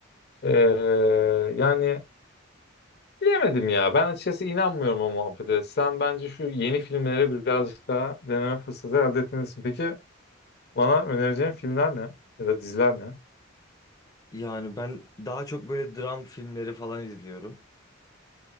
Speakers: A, on the left; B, on the left.
A: Eee, yani Bilemedim ya. Ben açıkçası inanmıyorum o muhabbete. Sen bence şu yeni filmleri birazcık daha deneme fırsatı elde etmelisin. Peki bana önereceğin filmler ne? Ya da diziler ne?
B: Yani ben daha çok böyle dram filmleri falan izliyorum.